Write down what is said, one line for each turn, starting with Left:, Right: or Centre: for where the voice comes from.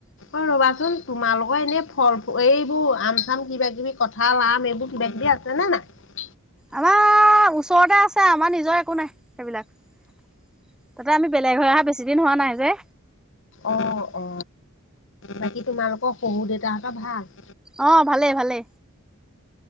Left: অ ৰবাচোন তোমালোকৰ এনে ফল এইবোৰ আম চাম কিবা কিবি কথা আম এইবোৰ কিবা এতিয়া আছে নে নাই
Centre: আমাৰ ওচৰতে আছে আমাৰ নিজৰ একো নাই সেইবিলাক তাতে আমি বেলেগ হৈ অহা বেছি দিন হোৱা নাই যে।
Left: অ অ বাকী তোমালোকৰ শহু দেউতাহঁতৰ ভাল
Centre: অ', ভালে ভালে।